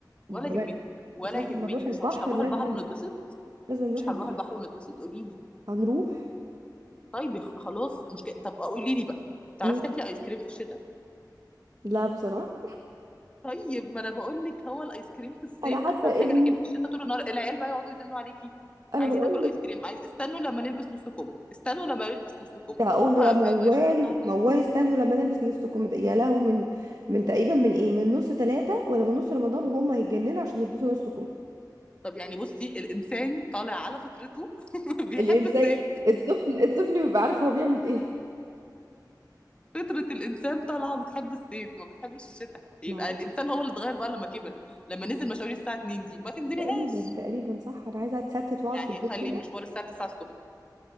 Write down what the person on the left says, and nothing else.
ولا يهمني ولا
يهمني
مش
مش هنروح
البحر ونتبسط
مش
هنروح البحر ونتبسط قولي لي
طيب يا خ- خلاص مشكله طب قولي لي بقى تعرفي
تاكلي ايس كريم في الشتاء
طيب ما انا بقول لك هو الايس كريم في الصيف
احسن
حاجه
لكن في الشتاء طول النهار العيال بقى يقعدوا يزنوا عليكي
عايزين
ناكل ايس
كريم عايز استنوا لما نلبس نص كم استنوا لما نلبس نص كم
اهو ما
ما ما شباب ينفعش.
طب يعني بصي الانسان طالع على فطرته <laughs> بيحب
الصيف
فطرة الإنسان طالعة بتحب الصيف ما بتحبش الشتاء يبقى
الإنسان هو اللي اتغير بقى لما كبر لما نزل مشاوير الساعة 2 دي ما تنزليهاش
يعني
خلي
المشوار الساعة 9 الصبح